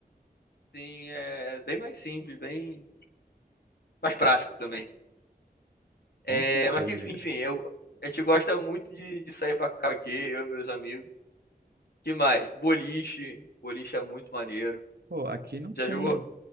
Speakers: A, on the left; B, on the right.
A: Sim, é bem mais simples, bem mais prático também. É,
B: Com certeza,
A: mas que,
B: amiga.
A: enfim, eu, a gente gosta muito de, de sair pra cá aqui, eu e meus amigos. Que mais? Boliche. Boliche é muito maneiro.
B: Pô, aqui não
A: Já
B: tem.
A: jogou?